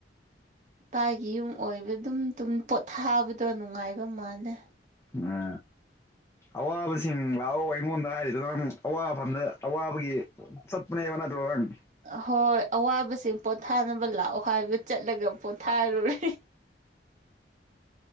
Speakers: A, on the right; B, on the left.
A: ꯏꯄꯥꯒꯤ ꯌꯨꯝ ꯑꯣꯏꯕ ꯑꯗꯨꯝ ꯇꯨꯝ ꯄꯣꯊꯥꯕꯗꯣ ꯅꯨꯡꯉꯥꯏꯕ ꯃꯥꯜꯂꯦ
B: ꯉꯥ ꯑꯋꯥꯕꯁꯤꯡ ꯂꯥꯛꯑꯣ ꯑꯩꯉꯣꯟꯗ ꯍꯥꯏꯔꯤꯗꯨ ꯅꯪ ꯑꯋꯥꯐꯝꯗ ꯑꯋꯥ ꯕꯒꯤ ꯁꯠꯄꯅꯦꯕ ꯅꯠꯇ꯭ꯔꯣ ꯅꯪ
A: ꯍꯣꯏ ꯑꯋꯥꯕꯁꯤꯡ ꯄꯣꯊꯥꯅꯕ ꯂꯥꯛꯑꯣ ꯍꯥꯏꯕ ꯆꯠꯂꯒ ꯄꯣꯊꯥꯔꯨꯔꯦ